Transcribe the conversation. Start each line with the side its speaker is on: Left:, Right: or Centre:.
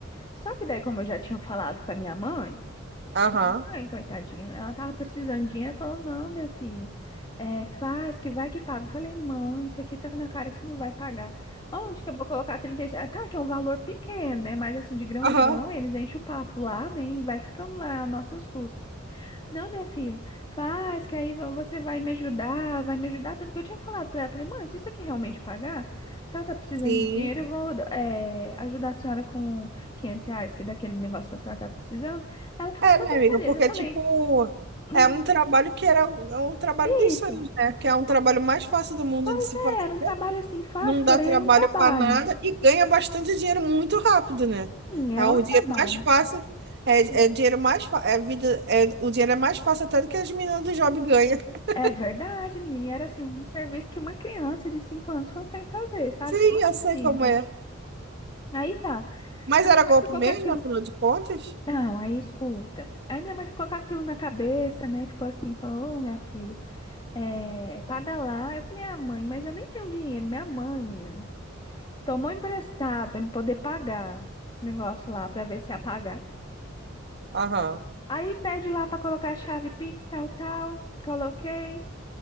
Left: Só que daí, como eu já tinha falado para minha mãe,
Right: Aham.
Left: Mãe coitadinha, ela tava precisando de dinheiro, falou, não, minha filha, é, faz, que vai que paga. Eu falei, mãe, isso aqui tá na cara que não vai pagar. Onde que eu vou colocar 36? Ah, Tá, que é um valor pequeno, né, mas assim, de grão
Right: Aham.
Left: em grão, eles enchem o papo lá, né, e vai ficando lá a nossas custas. Não, minha filha, faz, que aí vo- você vai me ajudar, vai me ajudar. Tanto que eu tinha falado pra ela, falei, mãe, se isso aqui realmente pagar, se ela tá precisando
Right: Sim.
Left: de dinheiro, eu vou eh, ajudar a senhora com 500 reais, que é daquele negócio que a senhora tá precisando. Ela ficou
Right: É,
Left: toda
Right: minha amiga,
Left: feliz.
Right: porque,
Left: Eu falei,
Right: tipo,
Left: "Uhum,
Right: é um trabalho que era um é um trabalho
Left: que
Right: dos
Left: isso?
Right: sonhos, né? Que é um trabalho mais fácil do mundo
Left: Pois
Right: de se
Left: é,
Right: fazer,
Left: era um trabalho assim fácil,
Right: não dá
Left: porém
Right: trabalho
Left: era um trabalho.
Right: para nada e ganha bastante dinheiro muito rápido, né?
Left: Sim, era
Right: É o
Left: um trabalho.
Right: dinheiro mais fácil, é,
Left: Sim.
Right: é dinheiro mais fa- é vida, é, o dinheiro é mais fácil até do que as meninas do job ganham. <laughs>
Left: É verdade, menina. E era assim, um serviço que uma criança de 5 anos consegue fazer, sabe?
Right: Sim,
Left: De tão assim,
Right: eu sei
Left: simples.
Right: como é.
Left: Aí tá.
Right: Mas
Left: A minha
Right: era golpe
Left: mãe ficou
Right: mesmo,
Left: com aquilo.
Right: afinal de contas?
Left: Não, aí escuta. Aí minha mãe ficou com aquilo na cabeça, né? Ficou assim, falou, ô, minha filha, é, paga lá. Eu falei, ah, mãe, mas eu nem tenho dinheiro. Minha mãe, menina, tomou emprestado pra me poder pagar esse negócio lá, pra ver se ia pagar.
Right: Aham.
Left: Aí pede lá pra colocar a chave Pix, tal, tal. Coloquei,